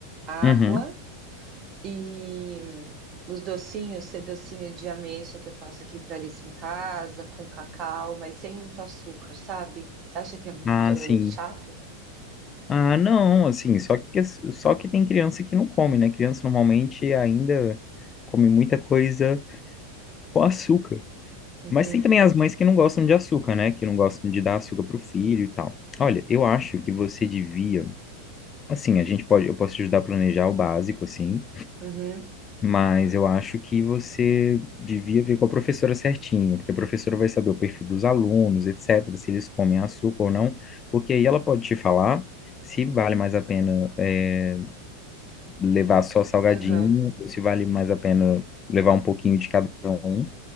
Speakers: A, on the right; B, on the left.
A: água.
B: Uhum.
A: E os docinhos, ser docinho de ameixa que eu faço aqui para Alice em casa, com cacau, mas sem muito açúcar, sabe? Você acha que é muito
B: Ah, sim.
A: chato?
B: Ah, não, assim, só que só que tem criança que não come, né? Criança normalmente ainda come muita coisa com açúcar.
A: Uhum,
B: Mas tem também as mães que não gostam de açúcar, né? Que não gostam de dar açúcar pro filho e tal. Olha, eu acho que você devia, assim, a gente pode, eu posso te ajudar a planejar o básico, assim.
A: uhum,
B: Mas eu acho que você devia ver com a professora certinho, porque a professora vai saber o perfil dos alunos, etc., se eles comem açúcar ou não, porque aí ela pode te falar se vale mais a pena eh, levar só salgadinho,
A: aham.
B: ou se vale mais a pena levar um pouquinho de cada um,